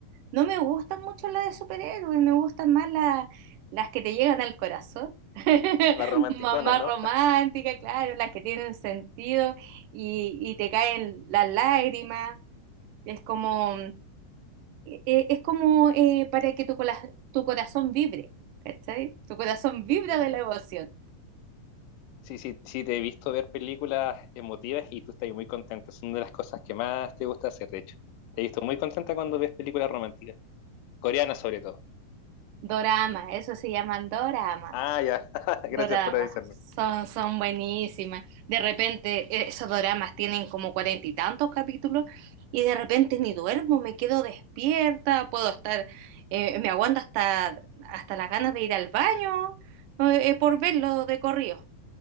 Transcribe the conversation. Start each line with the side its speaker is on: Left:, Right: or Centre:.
Right: no me gustan mucho las de superhéroes, me gustan más la- las que te llegan al corazón. <laughs>
Left: las romanticonas,
Right: Mamá
Left: ¿no?
Right: romántica, claro, las que tienen sentido y, y te caen las lágrimas. Es como, e- e- es como eh, para que tu, cola- tu corazón vibre, ¿cachai? Tu corazón
Left: <laughs>
Right: vibra
Left: Te entiendo.
Right: de la emoción.
Left: Sí, sí, sí, te he visto ver películas emotivas y tú estás muy contenta. Es una de las cosas que más te gusta hacer, de hecho. Te he visto muy contenta cuando ves películas románticas, coreanas sobre todo.
Right: Dorama, eso se llaman dorama.
Left: Ah, ya. <laughs>
Right: Dorama.
Left: Gracias por avisarme.
Right: Son, son buenísimas. De repente, eh, esos doramas tienen como cuarenta y tantos capítulos y de repente ni duermo, me quedo despierta, puedo estar, eh, me aguanto hasta, hasta las ganas de ir al baño eh, eh, por verlo de corrido.